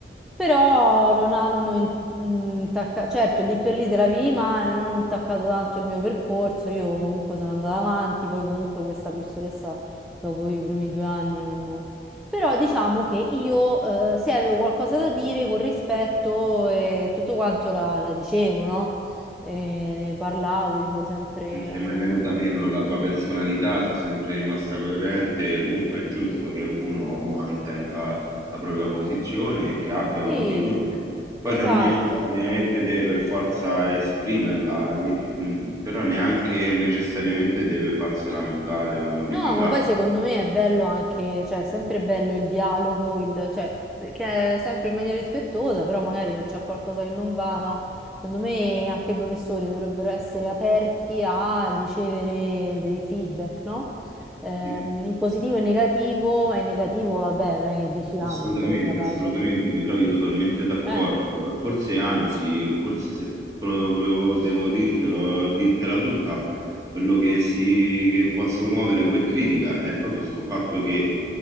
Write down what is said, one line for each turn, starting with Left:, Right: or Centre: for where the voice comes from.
Centre: però non hanno in- intaccato, certo, lì per lì te la vivi male, non hanno intaccato tanto il mio percorso, io comunque sono andata avanti, poi comunque questa professoressa dopo i primi due anni non... Però diciamo che io eh, se avevo qualcosa da dire con rispetto e tutto quanto la, la dicevo, no? E ne parlavo, dicevo sempre
Right: Non ti
Centre: la
Right: è mai
Centre: mia,
Right: venuta
Centre: quindi
Right: meno la tua personalità, sei sempre rimasta coerente, e comunque è giusto che uno o mantenga la propria posizione e che abbia
Centre: sì,
Right: un'opinione. Poi
Centre: esatto.
Right: non necessariamente deve per forza esprimerla, dici- mh, però neanche necessariamente deve farsela mutare o modificare.
Centre: No, ma poi secondo me è bello anche, cioè, è sempre bello il dialogo, il, cioè, che è sempre in maniera rispettosa, però magari se c'è qualcosa che non va, no? Secondo me anche i professori dovrebbero essere aperti a ricevere dei feedback, no? Ehm,
Right: Sì.
Centre: in positivo e negativo, ma in negativo, vabbè, non è che dici, ah,
Right: Assolutamente,
Centre: non sei capace.
Right: assolutamente, mi trovi totalmente d'accordo.
Centre: Eh,
Right: Forse, anzi, forse se proprio devo dirtelo, dirtela tutta, quello che, si, che posso muovere come critica è proprio sto fatto che